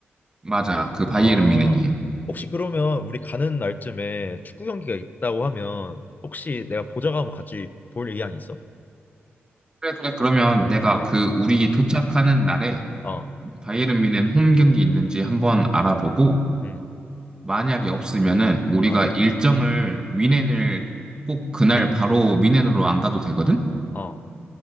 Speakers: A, on the right; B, on the left.
A: 맞아. 그 바이에른
B: 아,
A: 미넨이야.
B: 혹시 그러면 우리 가는 날쯤에 축구 경기가 있다고 하면 혹시 내가
A: 그래,
B: 보자고 하면 같이 볼 의향이 있어?
A: 그래. 그러면 내가
B: 아,
A: 그 우리 도착하는 날에
B: 어,
A: 바이에른 뮌헨 홈 경기 있는지 한번 알아보고
B: 음,
A: 만약에 없으면은 우리가
B: 어,
A: 일정을 뮌헨을 꼭 그날 바로 뮌헨으로 안 가도 되거든?
B: 응, 어,